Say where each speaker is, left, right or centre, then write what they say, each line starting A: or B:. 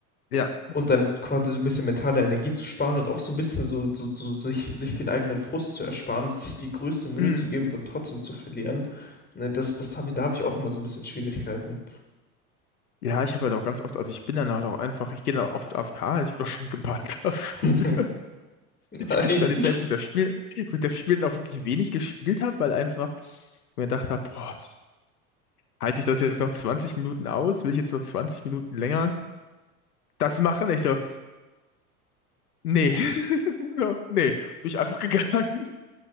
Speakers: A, on the left; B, on the left.
A: Ja.
B: Und dann quasi so ein bisschen mentale Energie zu sparen und auch so ein bisschen so, so, so sich, sich den eigenen Frust zu ersparen, sich die größte Mühe
A: Mhm.
B: zu geben und dann trotzdem zu verlieren. Ne, Das, das hab ich, da habe ich auch immer so ein bisschen Schwierigkeiten.
A: Ja, ich habe halt auch ganz oft, also ich bin dann halt auch einfach, ich gehe dann oft A F K. ich wurde auch schon gebannt dafür.
B: <laughs>
A: <laughs>
B: Nein.
A: Das war die Zeit, wo ich das Spiel, wo ich das Spiel dann auch wirklich wenig gespielt habe, weil einfach ich mir gedacht habe, boah, halte ich das jetzt noch 20 Minuten aus? Will ich jetzt noch 20 Minuten länger das machen? Ich so, nee, <laughs> so, nee, bin ich einfach gegangen. <laughs>